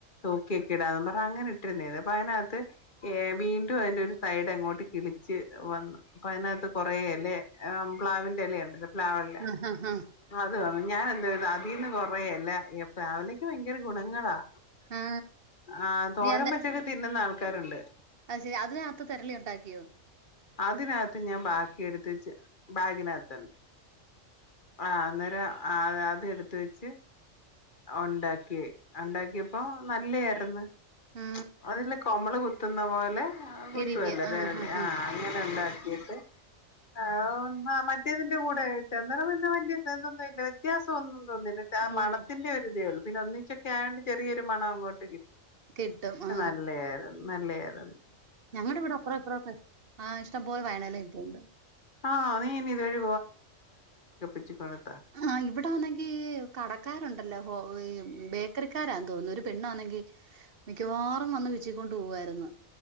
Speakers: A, on the left; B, on the right.
A: തൂക്കിയൊക്കെ <unintelligible> അങ്ങനെ ഇട്ടിരുന്നേ അത് അപ്പൊ അയ്നകത്ത് ഏഹ് വീണ്ടും അതിന്റെ ഒരു സൈഡ് അങ്ങോ കിളിച്ച് വന്ന് അപ്പ അയ്നകത്ത് കൊറെ എല പ്ലാവിന്റെ ഇല പ്രവ്ലാല്ല
B: ആഹാഹാ!
A: <unintelligible> ഞാൻ എന്തയ്തു അതീന്ന് കൊറെ എല പ്ലാവിലക്ക് ഭയങ്കര ഗുണങ്ങളാ
B: ആ!
A: ആഹ് തോരൻ
B: നീ അത്
A: വെച്ചോക്കെ തിന്നുന്ന ആൾക്കാരുണ്ട്
B: അത് ശെരി അതിനകത്ത് തെരളി ഇണ്ടാക്കിയോ
A: അതിനകത്ത് ഞാൻ ബാക്കി എടുത്ത് വെച്ച് ബാഗിനകത്ത്ണ്ട് ആഹ് അന്നേരം ആഹ് അത് എടുത്ത് വെച്ച് ഒണ്ടാക്കി ഇണ്ടാക്കിയപ്പോ നല്ലയായിര്ന്ന്
B: ആ.
A: അതില്ല കൊമ്മള് കു ത്തുന്ന പോലെ കുത്തുവല്ലേ
B: ഇരിക്കും. ആഹാഹാ!
A: തെരള് ആഹ് അങ്ങനെ ഉണ്ടാക്കിട്ട്
B: <unintelligible>
A: <unintelligible> മറ്റേതിന്റെ കൂടെ കിട്ടാ അന്നേരം പിന്നെ വല്ല്യേ <unintelligible> വ്യത്യാസം ഒന്നും തോന്നില്ല
B: തോന്നി
A: ഒരുതേ ഒള്ളൂ പിന്നെ ഒന്നിച്ചൊക്കെ ആയോണ്ട് ചെറിയൊരു മണം അങ്ങോട്ട് കിട്ടി
B: കിട്ടും.
A: പക്ഷെ
B: ആ.
A: നല്ലേ <unintelligible> നല്ലേയായിരുന്നു
B: ഞങ്ങടെ ഇവടെ അപ്പറും ഇപ്പോറൊക്കെ ആഹ് ഇഷ്ടം പോലെ <unintelligible> പോവ്ണ്ട്
A: ആഹ് നീ ഇനി ഇതുവഴി <unintelligible>
B: ആഹ് ഇവടെ ആണെങ്കി കടക്കാരുണ്ടല്ലേ ബേക്കറിക്കാരാന്ന് തോന്നുന്നു ഒരു പെണ്ണ് വന്നെങ്കി മിക്കവാറും വന്ന് വീച്ചിക്കൊണ്ട് പോവായിരുന്നു